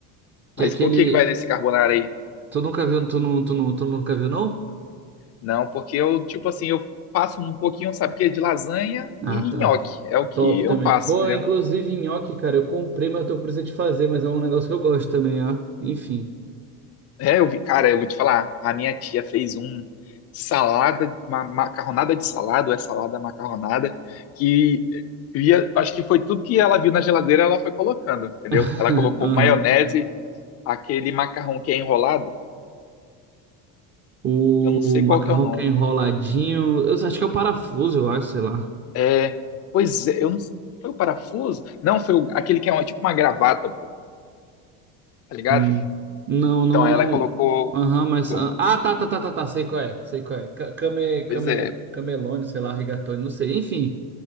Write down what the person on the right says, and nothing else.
que
é aquele.
Tu nunca viu, tu não, tu não, tu nunca viu, não?
Ah,
tá.
Top
também.
Pô,
inclusive nhoque, cara, eu comprei, mas eu tô com preguiça de fazer, mas é um negócio que eu gosto também, ó. Enfim.
<laughs>
Aham.
O
macarrão
que é enroladinho. Eu acho que é o parafuso, eu acho, sei lá.
Hum. Não,
não,
não.
Aham, mas.
Ah, ah, tá, tá, tá, tá, tá. Sei qual é. Sei qual é. Ca- Came,
came,
camelone, sei lá, rigatoni, não sei. Enfim.